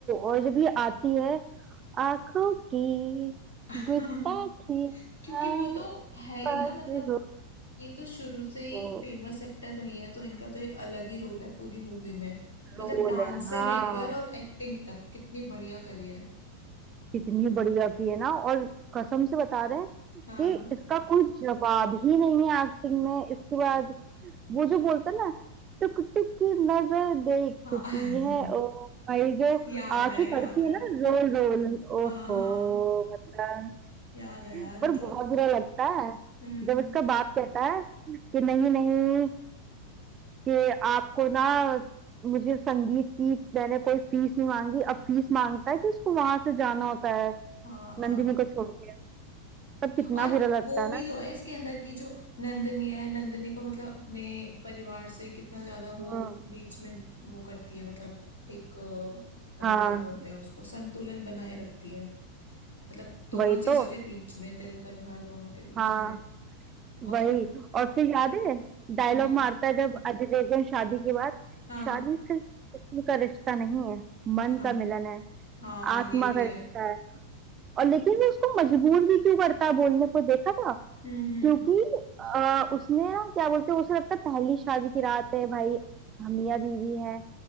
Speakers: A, on the right; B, on the left.
A: और जब ये आती है आंखों की
B: <laughs>
A: गुस्ताखी आस
B: क्योंकि वो तो है ही
A: पास
B: ना मतलब
A: हो
B: ये तो शुरू से ही
A: ओ,
B: फेमस एक्टर रही है तो इनका तो एक अलग ही रोल है पूरी मूवी में मतलब
A: रोल
B: डांस
A: है
B: से
A: हाँ
B: लेकर और एक्टिंग तक कितनी बढ़िया करी है
A: कितनी बढ़िया की है ना और कसम से बता रहे हैं
B: हाँ
A: कि इसका कोई जवाब ही नहीं है एक्टिंग में इसके बाद वो जो बोलता है ना टुक टुक की नजर देखती
B: हाँ <laughs>
A: है ओ भाई जो
B: याद
A: आंखें
B: है
A: करती
B: याद है
A: है ना रोल रोल
B: हाँ
A: ओहो
B: हाँ
A: मतलब
B: याद है यार
A: पर
B: मतलब
A: बहुत बुरा लगता है
B: हम्म
A: जब इसका बाप कहता है कि नहीं नहीं कि आपको ना मुझे संगीत की मैंने कोई फीस नहीं मांगी अब फीस मांगता है कि उसको वहां से जाना होता है
B: हाँ
A: नंदिनी
B: हाँ
A: को छोड़ के तब कितना
B: और
A: बुरा लगता
B: वो
A: है
B: भी
A: ना
B: तो है इसके अंदर की जो नंदनी है नंदनी को मतलब अपने परिवार से कितना ज्यादा वो
A: हम्म
B: बीच में वो करती है मतलब एक अ,
A: हाँ
B: अ, क्या बोलते हैं उसको संतुलन बनाए रखती है मतलब दोनों
A: वही
B: चीजों
A: तो
B: के बीच में दिल परिवार दोनों के बीच
A: हाँ
B: में
A: वही
B: और
A: और फिर याद है डायलॉग
B: हम्म
A: मारता है जब अजय देवगन शादी के बाद
B: हाँ
A: शादी सिर्फ जिस्म का रिश्ता नहीं है मन
B: <laughs> हाँ
A: का मिलन है
B: हाँ
A: आत्मा
B: ये भी
A: का
B: है
A: रिश्ता है और लेकिन वो उसको मजबूर भी क्यों करता है बोलने को देखा था
B: हम्म हम्म
A: क्योंकि आ, उसने ना क्या बोलते हैं उसे लगता है पहली शादी की रात है भाई हम मियां बीवी हैं